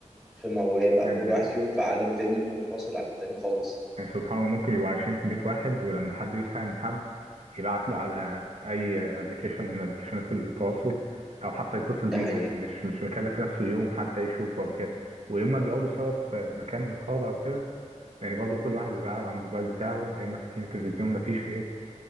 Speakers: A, in the centre; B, on the right.
A: في موال او
B: يعني
A: كل واحد فيهم في عالم تاني منفصل عن التاني خالص
B: يعني سبحان الله ممكن يبقوا عايشين في بيت واحد ولما حد يصحى من حد يبعت له على أي أبلكيشن من أبلكيشنات التواصل أو حتى يتصل بيه
A: ده حقيقي
B: يعني مش مش مكلف نفسه يوم حتى يشوفه أو كده وإما بيقعدوا سوا في مكان صالة أو كده يعني برضو كل واحد بيبقى قاعد على الموبايل بتاعه يا اما فاتحين التلفزيون مفيش ايه